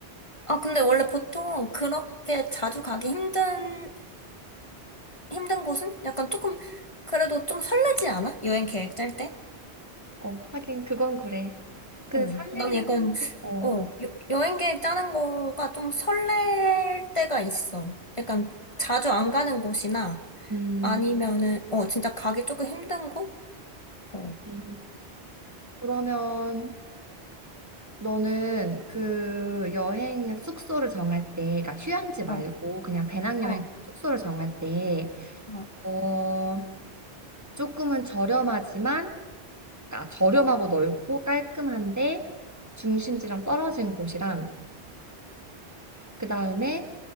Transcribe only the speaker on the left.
아, 근데 원래 보통 그렇게 자주 가기 힘든, 힘든 곳은 약간 조금, 그래도 좀 설레지 않아? 여행 계획 짤 때?
어.
난 약간,
어, 여, 여행 계획 짜는 거가 좀 설렐 때가 있어. 약간 자주 안 가는 곳이나
아니면은, 어, 진짜 가기 조금 힘든 곳? 어.
어,
어,
어,